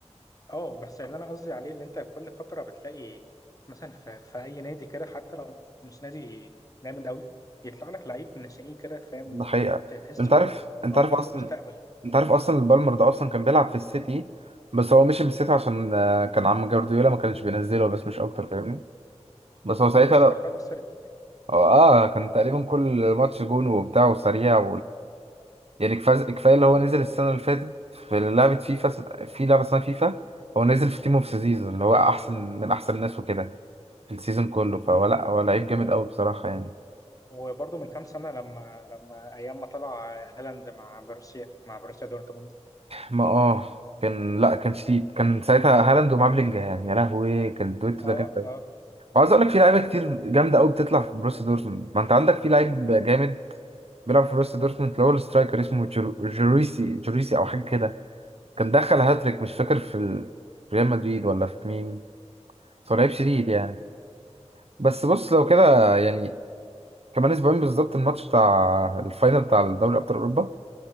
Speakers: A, on the left; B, on the right.
A: اه بس اللي انا قصدي عليه اللي انت كل فتره بتلاقي مثلا في, في اي نادي كده حتى لو مش نادي جامد قوي يطلع لك لعيب ناشئين كده فاهم
B: ده حقيقه
A: تحسه
B: انت عارف
A: ايه
B: انت
A: اه
B: عارف
A: لو
B: اصلا
A: ليه مستقبل
B: انت عارف اصلا البالمر ده اصلا كان بيلعب في السيتي بس هو مشي من السيتي عشان آه، كان عم جوارديولا ما كانش بينزله بس مش اكتر فاهمني بس هو ساعتها
A: اه بس
B: لا
A: راح كسر الدنيا
B: اه آه، كان تقريبا كل ماتش جون وبتاع وسريع يعني كفاز- كفايه اللي هو نزل السنه اللي فاتت في لعبه فيفا اسم- في لعبه اسمها فيفا هو نزل في تيم اوف ذا سيزون اللي هو احسن من احسن الناس وكده في السيزون كله فهو
A: م- م.
B: لا هو لعيب
A: و-
B: جامد قوي بصراحه يعني
A: وبرضه من كام سنه لما لما ايام ما طلع هالاند مع بروسيا مع بروسيا دورتموند
B: ما اه كان لا كان شديد كان ساعتها هالاند ومعاه بلينجهام يا لهوي كان الدويتو
A: اه
B: ده جامد قوي
A: اه
B: وعاوز اقول لك في لعيبه كتير جامده قوي بتطلع في بروسيا دورتموند ما انت عندك في لعيب جامد بيلعب في بروسيا دورتموند اللي هو السترايكر اسمه جرو- جوريسي جوريسي او حاجه كده كان دخل هاتريك مش فاكر في ال- في ريال مدريد ولا في مين بس هو لعيب شديد يعني بس بص لو كده يعني كمان اسبوعين بالظبط الماتش بتاع الفاينل بتاع دوري ابطال اوروبا